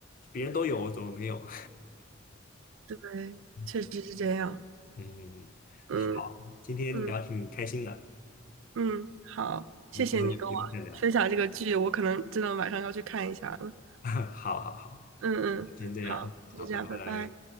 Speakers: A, on the left; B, on the right.
A: 别人都有，我怎么没有？
B: 对，
A: <laughs> 嗯，
B: 确实是这样。
A: 嗯嗯好，
B: 嗯
A: 今天聊挺开心的，
B: 嗯嗯，好，谢谢你跟我分享这个剧，
A: 我们最后有机会再聊。
B: 我可能真的晚上要去看一下了。
A: <laughs> 好好好，
B: 嗯嗯，
A: 先这样，
B: 好，
A: 好，
B: 就这样，
A: 拜拜。
B: 拜拜。